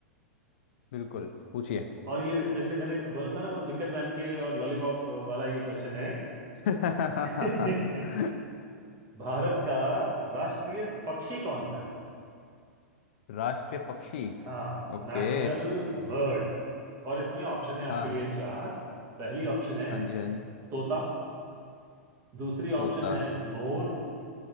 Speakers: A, on the left (about 50°); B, on the right (about 30°).
A: बिल्कुल पूछिए
B: और ये जैसे मैंने बोला था ना वो निकर पहन के और लॉलीपॉप वाला ये क्वेश्चन है
A: <laughs>
B: <laughs> भारत का राष्ट्रीय पक्षी कौन सा है
A: राष्ट्रीय पक्षी
B: हाँ
A: ओके
B: नेशनल बर्ड और इसमें ऑप्शन है आपके
A: हाँ
B: लिए
A: हाँ
B: चार पहली ऑप्शन है
A: हाँ जी हाँ जी
B: तोता दूसरी
A: तोता
B: ऑप्शन है मोर